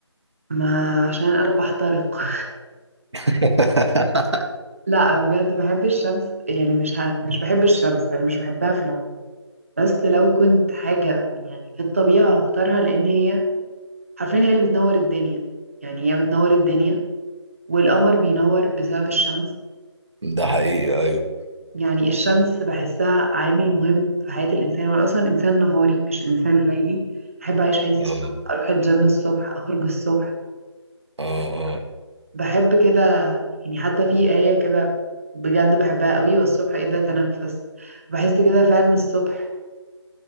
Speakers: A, on the right (about 30°); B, on the right (about 65°).
A: ما عشان انا بحترق <laughs>
B: <laughs>
A: لا بجد بحب الشمس يعني مش ه... مش بحب الشمس انا مش بحبها في العموم بس لو كنت حاجة يعني في الطبيعة هختارها لان هي حرفيا هي اللي بتنور الدنيا يعني هي بتنور الدنيا والقمر بينور بسبب الشمس
B: ده حقيقي ايوه
A: يعني الشمس بحسها عامل مهم في حياة الانسان وانا اصلا انسان نهاري مش انسان ليلي احب اعيش حياتي
B: اه
A: الصبح اروح الجيم الصبح اخرج الصبح
B: اه اه
A: بحب كده يعني حتى في آية كده بجد بحبها قوي والصبح إذا تنفس بحس كده فعلا الصبح